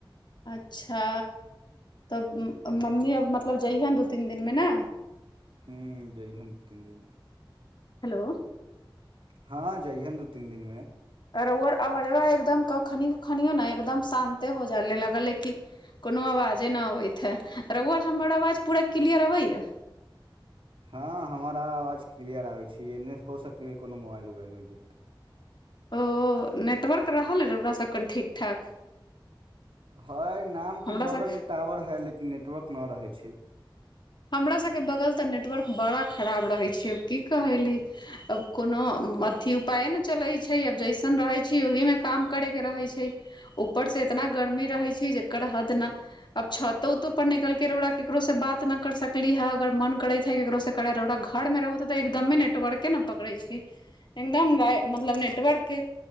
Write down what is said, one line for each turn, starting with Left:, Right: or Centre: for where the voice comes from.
Left: अच्छा तब मम्मी अब मतलब जइह ने दू तीन दिनमे ने
Right: हू जइ हन तीन दिन
Left: हेलो
Right: हँ जइहेन दू तीन दिनमे
Left: रोआर आवाज एकदमखखिनो ने एकदम शान्ते हो जाइे लागलै कि कोनो आवाजे नहि अबैत है र‌उरा हमर आवाज पूरा क्लियर अबैय
Right: हँ हमराा आवाज क्लियर आबै छै ए नहि हो सकलै कोनो मोबाइल उबाइलमे दिक
Left: ओ नेटवर्क रहलै रह ओकरास सभ कनि ठीक ठाक
Right: हय नाम
Left: हमरा
Right: के बगल
Left: सब
Right: मे टावर हय लेकिन नेटवर्क ना रहै छै
Left: हमरा सबके बगल तऽ नेटवर्क बड़ा खराब रहैत छै की कहैली अब कोनो अथिी उपाय ने चलैत छै अब जैसन रहै छै ओहिमे काम करे के रहैत छै ऊपर से इतना गर्मी रहैत छै जकर हद न अब छतो उतो पर निकलके रौकरा केकरोसँ बात न पकड़ सकली हे अगर मन करैत हे केकरो से कर रह घर मे रहू त त एकदमे नेटवर्के ने पकड़े छै एकदम मतलब नेटवर्क के